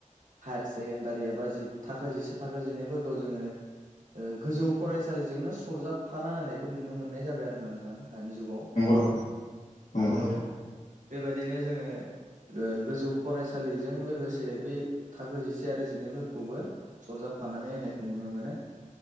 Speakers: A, on the right (about 75°); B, on the left (about 75°).
A: हायार सेकेण्डारि एबा जि थाखो जिसे थाखो जिनैफोरखौ जोङो ओ गोजौ फरायसालिजोंनो सरजाबफाना होनायखौ नुनो मोननाय जाबाय आरोना नोंथां। दानि जुगाव
B: नोंथां नंगौ नोंथां
A: औ। बेबायदिनो जोङो ओ गोजौ फरायसालिजों लोगोसे बे थाखो जिसे आरो जिनैफोरखौबो सरजाबफानानै होनायखौ नुनो मोनो।